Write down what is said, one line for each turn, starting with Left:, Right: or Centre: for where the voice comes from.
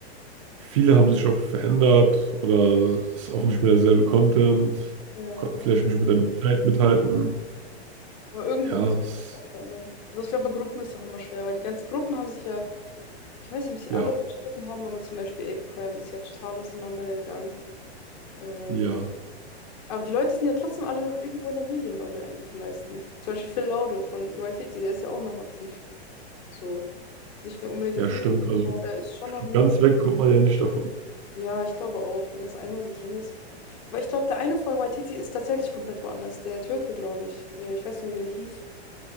Right: viele haben sich auch verändert oder es ist auch nicht mehr derselbe Content,
Left: Ja,
Right: konnten
Left: oder
Right: vielleicht nicht mit der Zeit mithalten.
Left: Aber irgendwo
Right: Ja,
Left: muss man
Right: es,
Left: sich auch verändern. Also ich glaube, in Gruppen ist es auch immer schwer, weil die ganzen Gruppen haben sich ja, ich weiß nicht, ob sie
Right: ja,
Left: alle verstritten haben, aber zum Beispiel Ape Crime ist ja total auseinandergegangen. Ähm,
Right: ja,
Left: aber die Leute sind ja trotzdem alle noch irgendwo in der Medienbubble eigentlich, die meisten. Zum Beispiel Phil Laude von YTT, der ist ja auch noch aktiv. So. Ist nicht mehr unbedingt
Right: ja,
Left: auf YouTube,
Right: stimmt. Also
Left: aber er ist schon noch in den
Right: ganz
Left: Medien.
Right: weg kommt man ja nicht davon.
Left: Ja, ich glaube auch, wenn das einmal so drin ist. Aber ich glaube, der eine von YTT ist tatsächlich komplett woanders. Der Türke, glaube ich. Äh, ich weiß nicht mehr, wie der hieß.